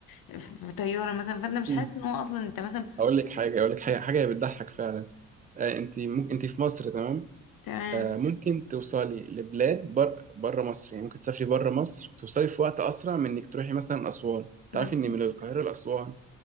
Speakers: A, on the left (about 55°); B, on the right (about 20°).
A: آه، في طيارة مثلا فأنت مش
B: مم.
A: حاسس إن هو أصلا أنت مثلا
B: اقول لك حاجه اقول لك حاجه حاجه بتضحك فعلا آه انت ممكن انت في مصر تمام
A: تمام
B: آه ممكن توصلي لبلاد بر... بره مصر يعني ممكن تسافري بره مصر توصلي في وقت اسرع من انك تروحي مثلا اسوان
A: بالظبط
B: تعرفي ان من القاهره لاسوان